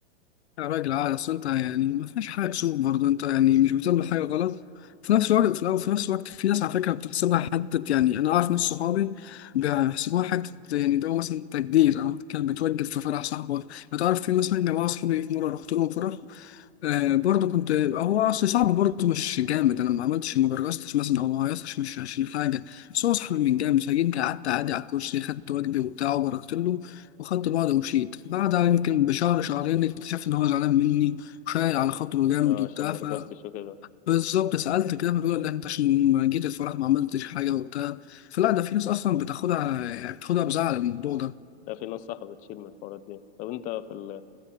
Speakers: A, on the left (about 75°); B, on the left (about 25°).
A: يا راجل عادي اصل انت يعني ما فيهاش حاجه تسوق برضه انت يعني مش بتعمل حاجه غلط في نفس الوقت في الأول- في نفس الوقت في ناس على فكره بتحسبها حته يعني انا اعرف ناس صحابي بيحسبوها حته يعني ده هو مثلا تقدير او كان بتوجب في فرح صاحبه ما تعرف في مثلا جماعه صحابي في مره رحت لهم فرح آه، برضه كنت هو اصل صعب برضه مش جامد انا ما عملتش ما برجستش مثلا او ما هيصش مش عشان حاجه بس هو صاحبي من جامد فجيت قعدت عادي على الكرسي خدت واجبي وبتاع وبركت له وخدت بعضه ومشيت بعدها يمكن بشهر شهرين اكتشفت ان هو زعلان مني وشايل على خاطره جامد
B: اه
A: وبتاع
B: عشان ما
A: ف
B: رقصتش وكده
A: بالظبط سألت كده فبيقول لا انت عشان ما جيت الفرح ما عملتش حاجه وبتاع فلا ده في ناس اصلا بتاخدها يعني بتاخدها بزعل الموضوع ده
B: لا في ناس صح بتشيل من الحوارات دي طب انت في ال